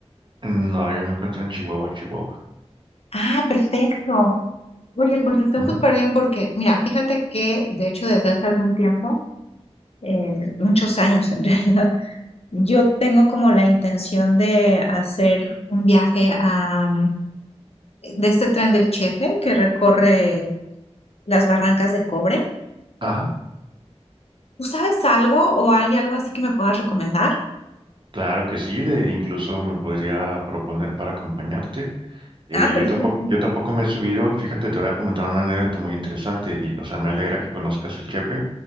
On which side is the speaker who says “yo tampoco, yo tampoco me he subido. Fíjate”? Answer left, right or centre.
Right